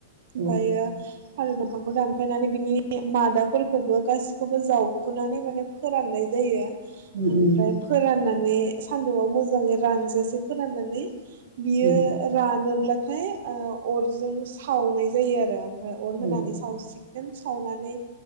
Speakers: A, on the right; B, on the right.
A: ओमफायो
B: औ
A: थालिर दफांखौ दानफायनानै बिनि मादाफोरखौबो गासिखौबो जावखुनानै माने फोराननाय जायो।
B: उम
A: बेनिफ्राय
B: उम
A: फोरानना ने सानदुंआव मोजाङै रानजासे फोराननानै बियो
B: उम
A: रानो। लाथाय ओ अरज जों सावनाय जायो आरो। ओ अर होनानै
B: औ
A: सावसि गोन सावनानै